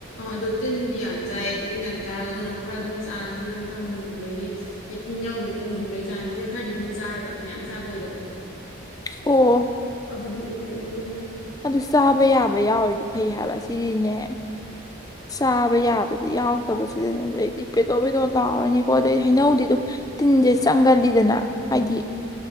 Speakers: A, on the left (about 75°); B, on the left (about 15°).
A: ꯑꯗꯨ ꯇꯤꯟꯗꯤ ꯌꯥꯝ ꯌꯥꯝ ꯆꯥꯏꯌꯦ ꯇꯤꯟ ꯌꯥꯝ ꯆꯥꯔꯒ ꯑꯗꯨꯅ ꯑꯃꯨꯛ ꯈꯔ ꯑꯗꯨꯝ ꯆꯥꯟꯁꯁꯦ ꯑꯗꯨꯝ ꯈꯔ ꯃꯨꯟꯕꯒꯤ ꯍꯥꯏꯗꯤ ꯇꯤꯟ ꯌꯥꯎꯗꯕꯤꯗ ꯃꯨꯟꯕꯒꯤ ꯆꯥꯟꯁ ꯍꯥꯏꯗꯤ ꯈꯔꯗꯤ ꯑꯗꯨꯝ ꯆꯥꯔꯒ ꯃꯌꯥꯝ ꯆꯥꯕ ꯑꯣꯏꯗꯕꯗꯣ
B: ꯑꯣ
A: ꯑꯗꯨꯗꯤ ꯑꯣꯏꯌꯦꯕ ꯃꯗꯨ ꯍꯣꯏꯅ
B: ꯑꯗꯨ ꯁꯥꯕ ꯌꯥꯕ ꯌꯥꯎꯣ ꯐꯩ ꯍꯥꯏꯕ ꯁꯤꯗꯤꯅꯦ ꯆꯕ ꯌꯥꯕ ꯑꯗꯩ ꯌꯥꯎꯗꯕꯁꯤꯗꯅ ꯑꯗ ꯑꯩꯗꯤ ꯄꯦꯇꯣ ꯄꯦꯗꯣꯛ ꯂꯥꯎꯔꯅꯤꯀꯣ ꯑꯗꯩ ꯍꯩꯅꯧꯗꯤ ꯑꯗꯨꯝ ꯇꯤꯟꯁꯦ ꯆꯪꯒꯜꯂꯤꯗꯅ ꯍꯥꯏꯗꯤ
A: ꯎꯝ